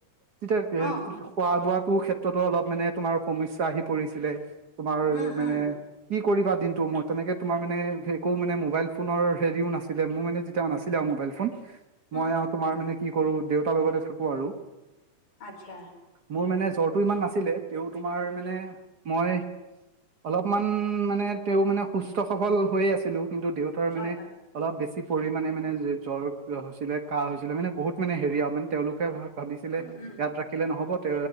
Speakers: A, on the right (about 50°); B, on the left (about 40°).
A: তেতিয়া
B: অ
A: খোৱা বোৱাটো ক্ষেত্ৰ তো অলপ মানে তোমাৰ সমস্যা আহি পৰিছিলে তোমাৰ
B: উম
A: মানে
B: উম
A: কি কৰিবা দিনটো মই। তেনেকে তোমাৰ মানে একো মানে মোবাইল ফোনৰ হেৰিও নাছিলে মোৰ মানে যেতিয়া নাছিলে আও মোবাইল ফোন।
B: উম
A: মই আৰু
B: উম
A: তোমাৰ মানে কি কৰো দেউতাৰ লগতে থাকো আৰু।
B: আচ্ছা।
A: মোৰ মানে জ্বৰটো ইমান নাছিলে তে তোমাৰ মানে মই- অলপমান মানে তেওঁ মানে সুস্থ সবল হৈয়ে আছিলো কিন্তু দেউ তাৰ মানে
B: হয় হয়
A: অলপ বেছি পৰিমানে মানে মানে জ্বৰ হৈছিলে কাঁহ হৈছিলে মানে বহুত- মানে হেৰি য়াও মানে তেওঁলোকে ভাবিছিলে
B: উম উম
A: ইয়াত ৰাখিলে নহ'ব তে